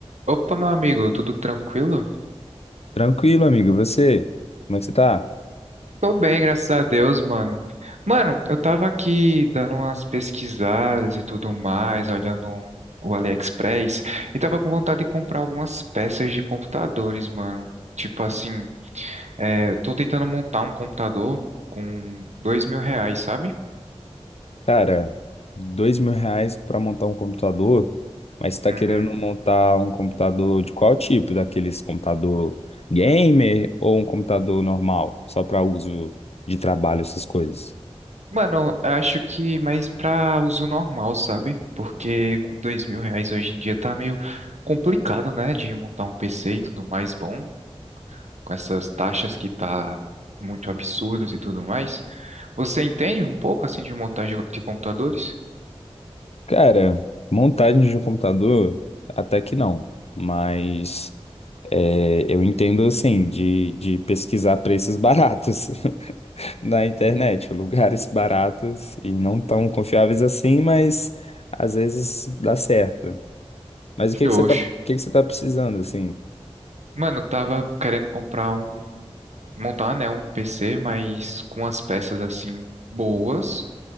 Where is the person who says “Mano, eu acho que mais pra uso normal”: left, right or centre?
Right